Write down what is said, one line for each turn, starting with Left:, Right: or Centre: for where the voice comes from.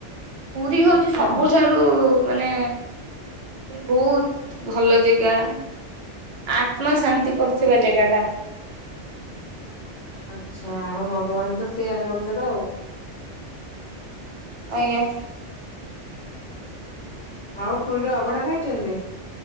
Right: ପୁରୀ ହଉଛି
Left: ଆଚ୍ଛା।
Right: ସବୁଠାରୁ ମାନେ ବହୁତ ଭଲ ଜାଗା ଆତ୍ମା ଶାନ୍ତି କରୁଥିବା ଜାଗା ଟା।
Left: ଆଛା ଆମ ଭଗବାନ ତ ସିଏ ଆମ ଓଡିଶାର ଆଉ
Right: ଆଜ୍ଞା
Left: ଆଉ ପୁରୀର ଅଭଢା ଖାଇଛନ୍ତି?